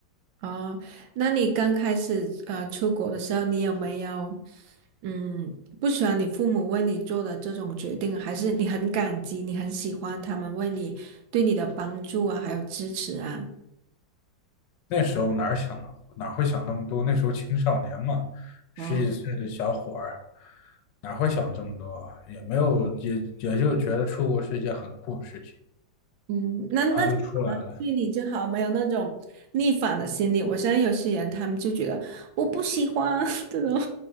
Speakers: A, on the right; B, on the left.
A: 哦，那你刚开始呃出国的时候，你有没有嗯不喜欢你父母为你做的这种决定，还是你很感激，你很喜欢他们为你对你的帮助啊，还有支持啊？
B: 那时候哪儿想哪会想那么多？那时候青少年嘛，十几岁的小伙儿，
A: 哦，
B: 哪会想这么多啊也没有，也也就觉得出国是一件很酷的事情，
A: 嗯，那那就好了，
B: 然后就出来了。
A: 对你就好，没有那种逆反的心理。我相信有些人他们就觉得我不喜欢 <laughs> 这种。